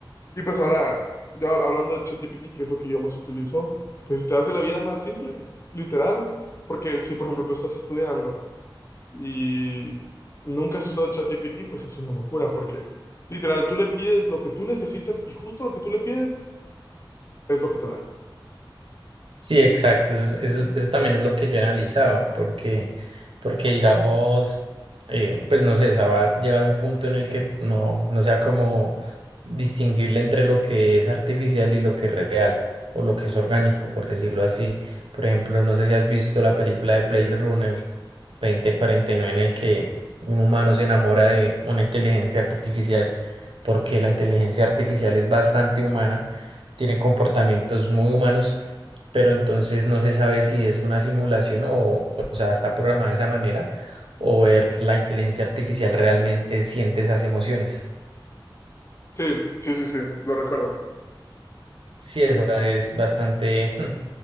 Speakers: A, on the left (about 35°); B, on the right (about 85°).
A: y pues ahora, yo hab- hablando de ChatGPT, que es lo que yo más utilizo, pues te hace la vida más simple, literal, porque si, por ejemplo, tú estás estudiando y nunca has usado ChatGPT, pues es una locura, porque literal, tú le pides lo que tú necesitas y justo lo que tú le pides es lo que te da.
B: Sí, exacto. Eso, es- eso, eso también es lo que yo analizaba, porque, porque digamos, eh, pues no sé, o sea, va a llegar un punto en el que no, no sea como distinguible entre lo que es artificial y lo que es real, o lo que es orgánico, por decirlo así. Por ejemplo, no sé si has visto la película de Blade Runner 2049 en el que un humano se enamora de una inteligencia artificial, porque la inteligencia artificial es bastante humana, tiene comportamientos muy humanos pero entonces no se sabe si es una simulación o, o sea, está programada de esa manera o ver la inteligencia artificial realmente siente esas emociones.
A: Sí, sí, sí, sí, lo recuerdo.
B: Sí, esa es bastante, <laughs> o